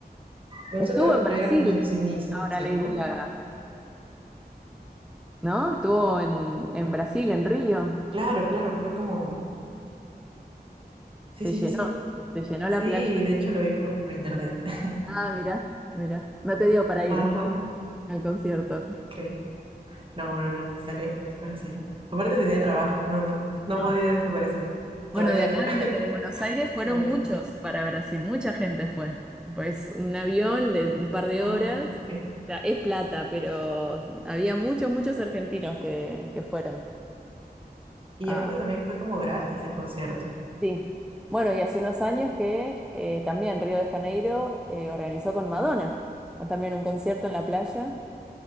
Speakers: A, on the right; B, in the centre.
A: Me
B: Estuvo
A: gustó que
B: en Brasil
A: volviera como sus inicios,
B: ahora Lady
A: ¿no?
B: Gaga. ¿no? Estuvo en, en Brasil, en Río.
A: Claro, claro, fue como... Sí,
B: Se
A: sí,
B: llenó,
A: sí, sí.
B: se llenó
A: Sí,
B: la playa.
A: de hecho lo vi por, por internet. <laughs>
B: Ah, mira, mira. No te dio para ir
A: Ajá,
B: al concierto.
A: ok. No, no, no, está lejos, Brasil. Aparte tenía trabajo, no, no, no
B: No.
A: podía desaparecer.
B: Bueno,
A: Todavía
B: de acá,
A: no,
B: de, de Buenos Aires,
A: <laughs>
B: fueron
A: todavía
B: muchos
A: no.
B: para Brasil, mucha gente fue. Pues un avión de un par de
A: Ah,
B: horas,
A: ok.
B: o sea, es plata, pero había muchos, muchos argentinos que, que fueron.
A: Y
B: Ah,
A: aparte también fue como gratis el concierto.
B: Sí. Bueno, y hace unos años que eh, también Río de Janeiro eh, organizó con Madonna, ¿no? también un concierto en la playa.